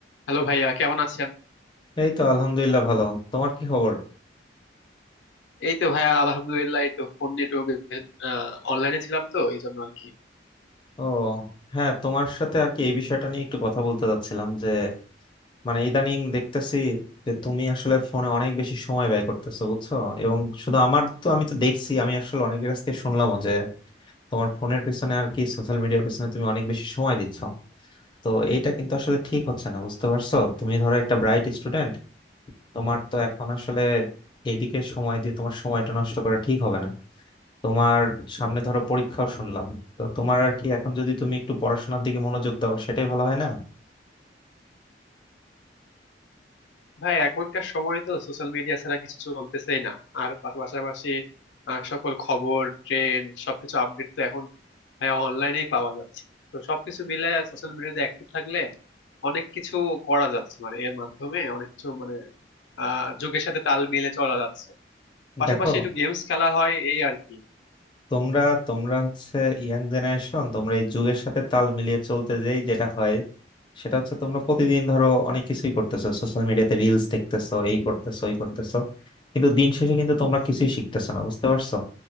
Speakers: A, on the left; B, on the left.
A: Hello ভাইয়া কেমন আছেন
B: এই তো আলহামদুলিল্লাহ ভালো তোমার কি খবর
A: এই তো ভাইয়া আলহামদুলিল্লাহ এই তো ফোন নেটওয়ার্ক অনলাইনে ছিলাম তো এই জন্য আর কি
B: ও হ্যাঁ তোমার সাথে আর কি এই বিষয়টা নিয়ে একটু কথা বলতে চাচ্ছিলাম যে মানে ইদানিং দেখতেছি যে তুমি আসলে ফোনে অনেক বেশি সময় ব্যয় করতেছো বুঝছো এবং শুধু আমার তো আমি তো দেখছি আমি আসলে অনেকের কাছ থেকে শুনলামও যে তোমার ফোনের পিছনে আর কি সোশ্যাল মিডিয়ার পিছনে তুমি অনেক বেশি সময় দিচ্ছ তো এইটা কিন্তু আসলে ঠিক হচ্ছে না বুঝতে পারছো তুমি ধরো একটা ব্রাইট স্টুডেন্ট তোমার তো এখন আসলে এইদিকে সময় দিয়ে তোমার সময়টা নষ্ট করা ঠিক হবে না তোমার সামনে ধরো পরীক্ষাও শুনলাম তো তোমার আর কি এখন যদি তুমি একটু পড়াশোনার দিকে মনোযোগ দাও সেটাই ভালো হয় না
A: ভাই এখনকার সময় তো সোশ্যাল মিডিয়া ছাড়া কিছু চলতেছেই না আর পাশ- পাশাপাশি আহ, সকল খবর ট্রেন্ড সবকিছু আপডেট তো এখন ভাইয়া অনলাইনেই পাওয়া যাচ্ছে তো সবকিছু মিলে সোশ্যাল মিডিয়াতে অ্যাক্টিভ থাকলে অনেক কিছু করা যাচ্ছে মানে এর মাধ্যমে অনেক কিছু মানে আহ যুগের সাথে তাল মিলে চলা যাচ্ছে পাশাপাশি
B: দেখো
A: একটু গেমস খেলা হয় এই আর কি
B: তোমরা তোমরা হচ্ছে ইয়াং জেনারেশন তোমরা এই যুগের সাথে তাল মিলিয়ে চলতে যেই যেটা হয় সেটা হচ্ছে তোমরা প্রতিদিন ধরো অনেক কিছুই করতেছো সোশ্যাল মিডিয়াতে রিলস দেখতেছো এই করতেছো ওই করতেছো কিন্তু দিন শেষে কিন্তু তোমরা কিছুই শিখতেছো না বুঝতে পারছো